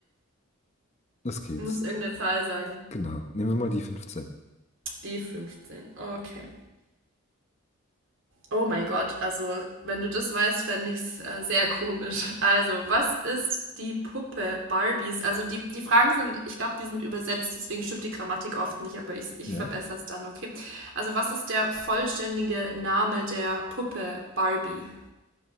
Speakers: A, on the left (about 30°); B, on the right (about 60°).
A: das geht's.
B: Du musst irgendeine Zahl sagen.
A: Genau. Nehmen wir mal die 15.
B: Die 15. Okay. Oh mein Gott, also wenn du das weißt, fände ich es äh, sehr komisch. Also, was ist die Puppe Barbies? Also die, die Fragen sind, ich glaube, die sind übersetzt, deswegen stimmt die Grammatik oft nicht, aber ich, ich
A: Ja.
B: verbessere es dann, okay? Also, was ist der vollständige Name der Puppe Barbie?